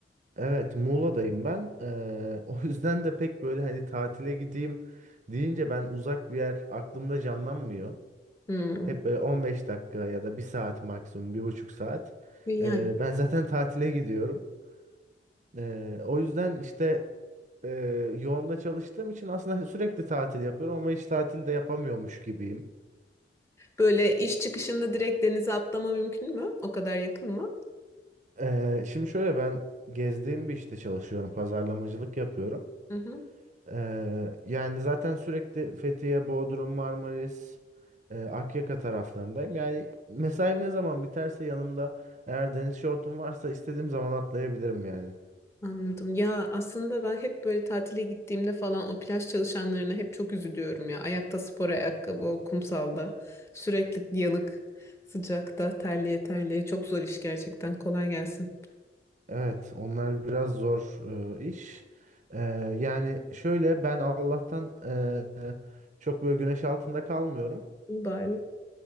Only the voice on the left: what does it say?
hmm.
Yani
böyle iş çıkışında direkt denize atlama mümkün mü? O kadar yakın mı?
Hı hı.
Anladım. Ya aslında ben hep böyle tatile gittiğimde falan o plaj çalışanlarına hep çok üzülüyorum ya. Ayakta spor ayakkabı o kumsalda sürekli yanık sıcakta terleye terleye çok zor iş gerçekten. Kolay gelsin.
İyi bari.